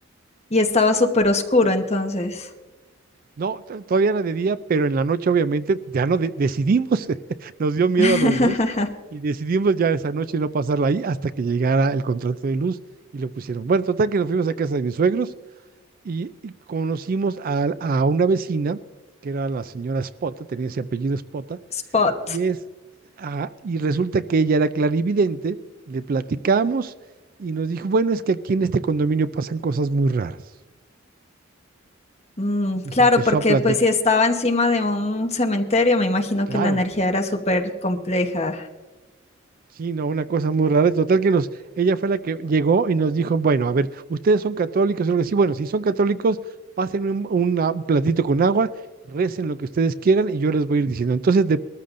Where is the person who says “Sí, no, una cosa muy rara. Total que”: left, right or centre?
Right